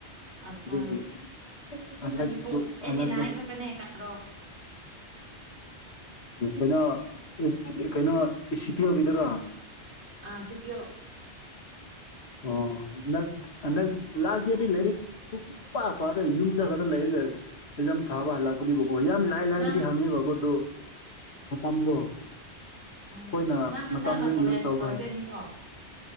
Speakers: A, on the right; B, on the left.
A: ꯑꯠꯆꯥ
B: ꯑꯗꯨꯒꯤ ꯍꯟꯗꯛꯁꯨ
A: ꯅꯪꯗꯤ ꯐꯣꯔ ꯑꯩꯠꯇꯤ
B: ꯍꯟꯗꯛꯁꯨ
A: ꯅꯥꯏꯟ
B: ꯑꯃꯨꯛ
A: ꯈꯛꯇꯅꯦ
B: <unintelligible>
A: ꯀꯠ ꯑꯣꯐ
B: ꯀꯩꯅꯣ ꯑꯦꯁ ꯀꯩꯅꯣ ꯑꯦ ꯁꯤ ꯇꯦꯜꯒꯤꯗꯨꯔ‌ꯣ
A: ꯑꯥ ꯁꯤ ꯄꯤ ꯌꯣ
B: ꯑꯣ ꯍꯟꯗꯛ ꯍꯟꯗꯛ ꯂꯥꯁ ꯏꯌꯔꯗꯤ ꯂꯩꯔꯤꯛ ꯁꯨ ꯁꯨꯛꯄꯥ ꯄꯥꯗ ꯌꯨꯝꯗ ꯈꯛꯇ ꯂꯩꯔꯒ ꯑꯦꯛꯖꯥꯝ ꯊꯥꯕ ꯍꯜꯂꯛꯄꯅꯤꯕꯀꯣ ꯌꯥꯝ ꯂꯥꯏ ꯂꯥꯏ ꯂꯥꯏꯕꯗꯤ
A: ꯅꯪ
B: ꯍꯪꯉꯦꯕꯀꯣ ꯗꯨ ꯃꯇꯝꯗꯣ
A: ꯎꯝ
B: ꯈꯣꯏꯅ
A: ꯅꯪ ꯍꯟꯗꯛꯅ
B: ꯃꯇꯝꯗꯣ
A: ꯀꯣꯂꯦꯖ
B: ꯌꯨꯁ ꯇꯧꯕ
A: ꯂꯣꯏꯗꯣꯏꯅꯤꯀꯣ
B: ꯍꯩꯇ